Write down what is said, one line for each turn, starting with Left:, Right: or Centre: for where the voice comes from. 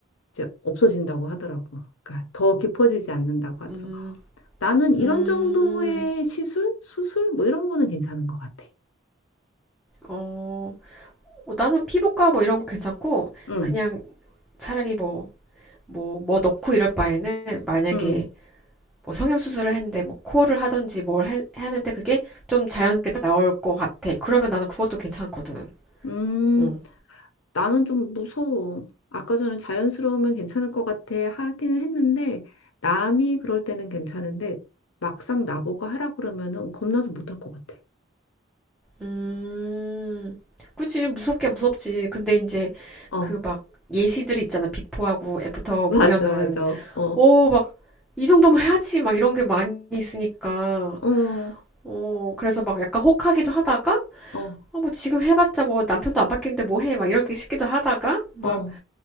Left: 이제 없어진다고 하더라고. 그러니까 더 깊어지지 않는다고 하더라고.
Centre: 음,
Left: 나는 이런
Centre: 음,
Left: 정도의 시술, 수술 뭐 이런 거는 괜찮은 것 같아.
Centre: 어, 어, 나는 피부과 뭐 이런 거 괜찮고,
Left: 응,
Centre: 그냥 차라리 뭐, 뭐, 뭐 넣고 이럴 바에는, 만약에
Left: 응,
Centre: 뭐 성형수술을 했는데, 뭐 코를 하든지 뭘 해, 하는데 그게 좀 자연스럽게 나올 것 같아. 그러면 나는 그것도 괜찮거든.
Left: 음,
Centre: 어.
Left: 나는 좀 무서워. 아까 전에 자연스러우면 괜찮을 것 같아 하기는 했는데 남이 그럴 때는 괜찮은데 막상 나보고 하라 그러면은 겁나서 못할 것 같아.
Centre: 음, 그치, 무섭게 무섭지. 근데 이제
Left: 어,
Centre: 그 막 예시들이 있잖아. 비포하고 애프터
Left: <laughs> 맞아,
Centre: 보면은,
Left: 맞아. 어,
Centre: 어, 막, 이정도만 해야지. 막 이런 게 많이 있으니까.
Left: 어,
Centre: 어, 그래서 막 약간 혹하기도 하다가,
Left: 어,
Centre: 어, 뭐 지금 해봤자 뭐 남편도 안 바뀌는데 뭐 해. 막 이렇게 싶기도 하다가, 막,
Left: 어,